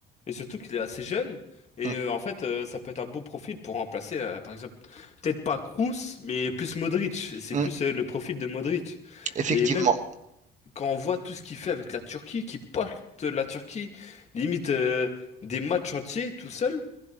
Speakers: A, on the left; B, on the right.
A: Et surtout qu'il est assez jeune. Et
B: Mm,
A: euh, en fait, euh, ça peut être un beau profil pour remplacer, euh, par exemple, peut-être pas Kroos, mais plus Modric. C'est
B: mm,
A: plus euh, le profil de Modric.
B: effectivement.
A: Et même quand on voit tout ce qu'il fait avec la Turquie, qui porte la Turquie, limite euh, des matchs entiers tout seul,